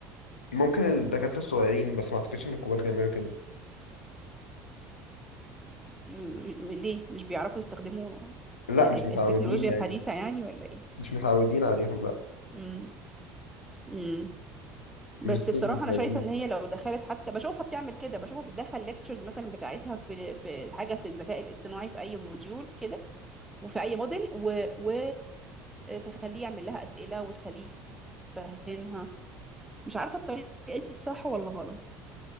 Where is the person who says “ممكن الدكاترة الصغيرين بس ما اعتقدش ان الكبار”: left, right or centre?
Left